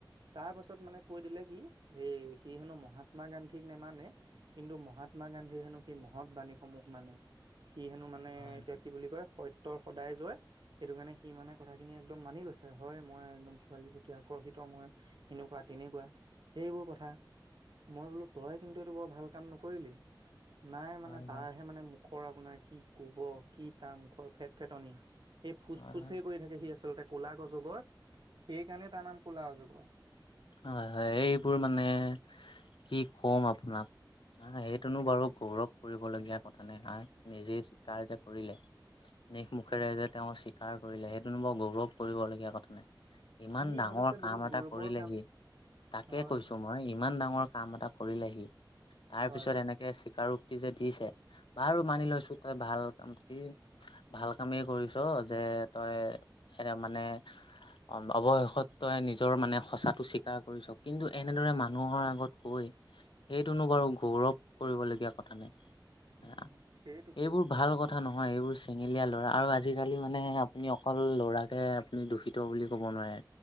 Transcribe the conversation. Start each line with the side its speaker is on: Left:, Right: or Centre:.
Right: তাৰ পাছত মানে কৈ দিলে কি এই সি হেনো মহাত্মা গান্ধীক নেমানে। কিন্তু মহাত্মা গান্ধী হেনো সি মহৎ বাণীসমূহক মানে সি হেনো মানে
Left: হয়,
Right: মানে এতিয়া কি বুলি কয় সত্যৰ সদায় জয়, সেইটো কাৰণে সি মানে কথাখিনি একদম মানি লৈছে, হয় মই একদম ছোৱালীৰ প্ৰতি আকৰ্ষিত মই এনেকুৱা তেনেকুৱা। এইবোৰ কথা। মই বোলো তই কিন্তু এইটো বৰ ভাল কাম নকৰিলি। নাই
Left: হয়,
Right: মানে তাৰহে
Left: হয়,
Right: মানে মুখৰ আপোনাৰ কি কব কি তাৰ মুখৰ ফেট ফেটনি এই ফুচ
Left: হয়,
Right: ফুচেই
Left: হয়,
Right: কৰি থাকে সি আচলতে কলা অজগজ সেইকাৰণে তাৰ নাম কলা অজগৰ।
Left: হয় হয় এইবোৰ মানে। কি কম আপোনাক হা সেইটোনো বাৰু গৌৰৱ কৰিবলগীয়া কথা মানে আৰ নিজে চিকাৰ যে কৰিলে নিজ মুখেৰে যে তেওঁ স্বীকাৰ কৰিলে সেইটোনো বৰ গৌৰৱ কৰিবলগীয়া কথা নে ইমান
Right: সি
Left: ডাঙৰ
Right: ভাবিছে
Left: কাম
Right: বহুত
Left: এটা
Right: গৌৰৱৰ
Left: কৰিলে
Right: কাম
Left: সি তাকে
Right: হয়
Left: কৈছো মই ইমান ডাঙৰ কাম এটা কৰিলে সি তাৰ
Right: হয়
Left: পিছত এনেক কে স্বীকাৰোক্তি যে দিছে বাৰু মানি
Right: হয়।
Left: লৈছো তাই ভাল কাম কি ভাল কামেই কৰিছ যে তই এ মানে অৱ অৱশেষত তই নিজৰ মানে সঁচাটো স্বীক কাৰ কৰিছ কিন্তু এনেদৰে মানুহৰ আগত কৈ এইটোনো বাৰু গৌৰৱ কৰিবলগীয়া কথা নে
Right: উম
Left: হা
Right: সেইটোকে
Left: এইবোৰ ভাল কথ কথা নহয় এইবোৰ চেঙেলীয়া লৰা আৰু আজিকালি মানে আপুনি অকল লৰাকে আপুনি দোষী ত বুলি ক'ব নোৱাৰে